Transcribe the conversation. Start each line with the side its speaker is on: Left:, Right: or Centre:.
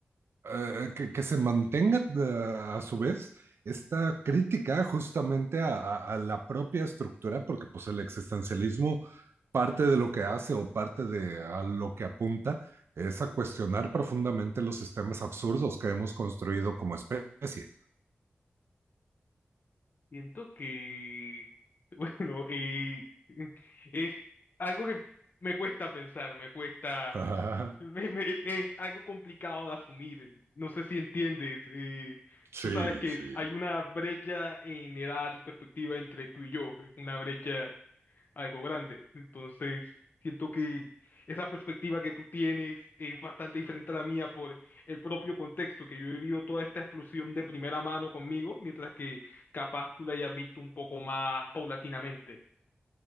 Right: eh, eh, que, que se mantenga eh, a su vez esta crítica justamente a, a- a la propia estructura, porque pues el existencialismo parte de lo que hace o parte de a lo que apunta es a cuestionar profundamente los sistemas absurdos que hemos construido como especie.
Left: Siento que, <laughs> bueno, eh, es algo que me cuesta pensar, me cuesta,
Right: <laughs>
Left: me- me- es algo complicado de asumir. No sé si entiendes. eh,
Right: Sí,
Left: tú sabes que
Right: sí.
Left: hay una brecha en edad y perspectiva entre tú y yo, es una brecha algo grande. Entonces, siento que esa perspectiva que tú tienes es bastante diferente a la mía por el propio contexto, que yo he vivido toda esta explosión de primera mano conmigo, mientras que capaz tú la hayas visto un poco más paulatinamente.